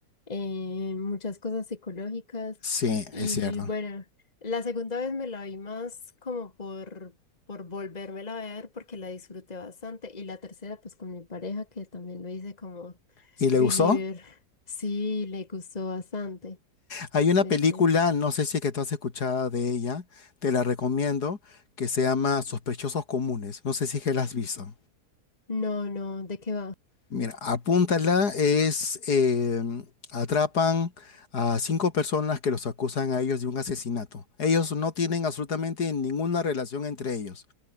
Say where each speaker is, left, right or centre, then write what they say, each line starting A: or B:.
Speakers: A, on the left; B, on the left.
A: eh, muchas cosas psicológicas
B: Sí,
A: y
B: es cierto.
A: bueno. La segunda vez me la vi más como por, por volvérmela a ver porque la disfruté bastante. Y la tercera, pues con mi pareja, que también lo hice como
B: ¿Y le
A: believer.
B: gustó?
A: <laughs> Sí, le gustó bastante.
B: Hay
A: Sí,
B: una película,
A: sí.
B: no sé si es que tú has escuchado de ella, te la recomiendo, que se llama Sospechosos Comunes. No sé si es que la has visto.
A: No, no, ¿de qué va?
B: Mira, apúntala, es eh, atrapan a cinco personas que los acusan a ellos de un asesinato. Ellos no tienen absolutamente ninguna relación entre ellos